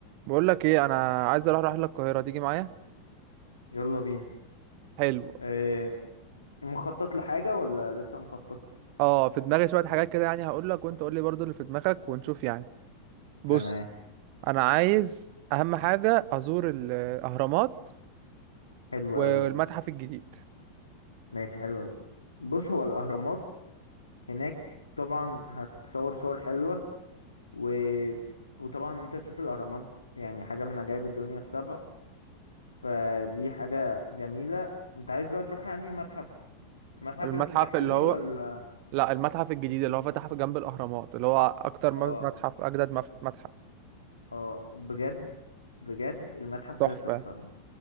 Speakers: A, on the right (about 45°); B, on the left (about 75°).
A: بقول لك ايه انا عايز اروح رحله القاهره تيجي معايا
B: يلا بينا
A: حلو
B: إيه مخطط لحاجة ولا لسه مخطط
A: اه في دماغي شويه حاجات كده يعني هقول لك وانت قول لي برضو اللي في دماغك ونشوف يعني بص
B: تمام
A: انا عايز اهم حاجه ازور ال- الاهرامات
B: حلو
A: والمتحف
B: قوي
A: الجديد
B: ماشي حلو قوي بص هو الأهرامات هناك طبعا هتتصور صور حلوة و... وطبعا انت تشوف الأهرامات يعني حاجة من عجائب الدنيا السبع فدي حاجة جميلة انت عايز بقى تروح يعني متحف المتحف
A: المتحف
B: اللي في التحرير
A: اللي هو
B: ولا
A: لا المتحف الجديد اللي هو فتح في جنب الاهرامات اللي هو اكتر
B: اه
A: م- متحف اجدد مف- متحف
B: اه بجد بجد المتحف
A: تحفه
B: ده تحفة